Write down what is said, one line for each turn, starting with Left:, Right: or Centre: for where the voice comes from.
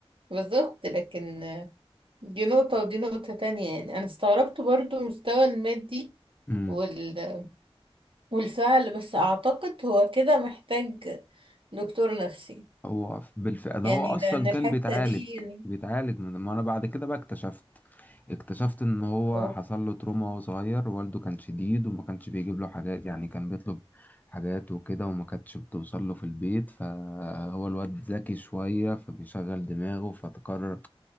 Right: بالظبط لكن آه، دي نقطة ودي نقطة تانية يعني انا استغربت برضو المستوى المادي
Left: ها
Right: وال... والفعل بس اعتقد هو كده محتاج دكتور نفسي
Left: هو بالفعل ده
Right: يعني
Left: هو اصلا
Right: لان الحتة
Left: كان بيتعالج
Right: دي يعني
Left: بيتعالج من ما انا بعد كده بقى اكتشفت اكتشفت ان هو
Right: اه
Left: حصل له تروما وهو صغير والده كان شديد وما كانش بيجيب له حاجات يعني كان بيطلب حاجات وكده وما كانتش بتوصل له في البيت فهو الواد ذكي شوية فبيشغل دماغه فتقرر